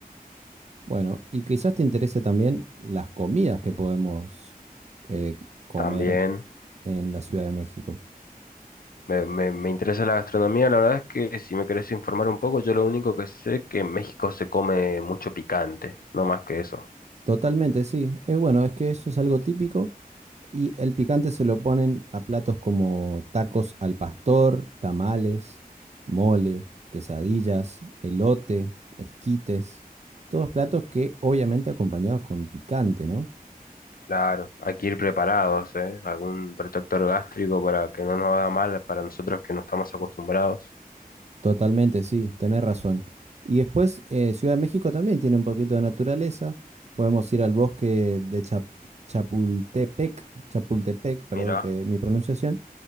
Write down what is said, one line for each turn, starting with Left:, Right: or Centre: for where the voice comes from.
Right: Bueno, y quizás te interese también las comidas que podemos eh, comer
Left: También.
Right: en la Ciudad de México.
Left: Me, me- me interesa la gastronomía, la verdad es que si me querés informar un poco, yo lo único que sé es que en México se come mucho picante, no más que eso.
Right: Totalmente, sí. Es bueno, es que eso es algo típico Y el picante se lo ponen a platos como tacos al pastor, tamales, mole, quesadillas, elote, esquites. Todos platos que obviamente acompañados con picante, ¿no?
Left: Claro, hay que ir preparados, ¿eh? Algún protector gástrico para que no nos haga mal para nosotros que no estamos acostumbrados.
Right: Totalmente, sí, tenés razón. Y después eh, Ciudad de México también tiene un poquito de naturaleza. Podemos ir al bosque de Chap- Chapultepec, Chapultepec, perdón
Left: Mira,
Right: que mi pronunciación,